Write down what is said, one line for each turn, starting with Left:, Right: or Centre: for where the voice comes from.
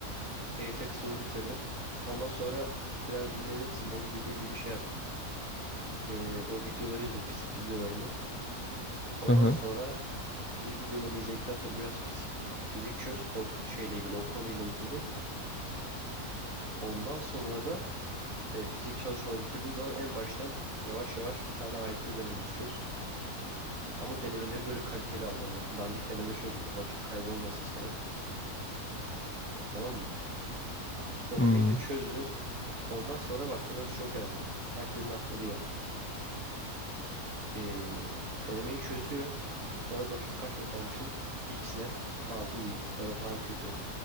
Right: TYT kısmını bitirdin. Ondan sonra biraz dinlenirsin. Benim dediğim gibi şey yap. Ee, o videoları izle, fizik videolarını. Ondan
Left: Hı hı.
Right: sonra fizik videolarını izledikten sonra biraz fizik fizik çöz o şeyle ilgili, o konuyla ilgili. Ondan sonra da e, fizik çalışmanı bitirdiğin zaman en baştan yavaş yavaş bir tane AYT denemesi çöz. Ama denemeleri böyle kaliteli al yani. Dandik deneme çözme. Vakit kaybolmasın sana. Tamam mı? Denemeyi
Left: Hmm.
Right: de çözdün. Ondan sonra bak burası çok önemli. Herkesin atladığı yer. Ee, denemeyi çözüyor. Sonra bakayım kaç net almışım. X net. Tamam iyi ya da tamam kötü.